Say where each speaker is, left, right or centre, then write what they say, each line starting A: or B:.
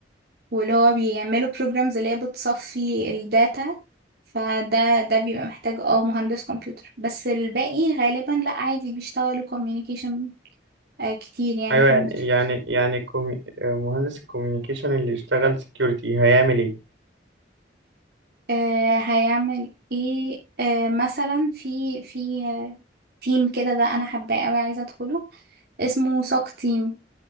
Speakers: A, on the right (about 60°); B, on the right (about 80°).
A: واللي هو بيعملوا بروجرامز اللي هي بتصفي الداتا فده ده بيبقى محتاج اه مهندس كمبيوتر بس الباقي غالبا لا عادي بيشتغلوا كوميونيكيشن كتير يعني
B: ايوه
A: في
B: يعني
A: النتورك
B: يعني يعني كومي... مهندس الكوميونيكيشن اللي يشتغل سكيورتي هيعمل ايه
A: آه هيعمل ايه آه مثلا في في آه، تيم كده ده انا حباه قوي عايزه ادخله اسمه سوك تيم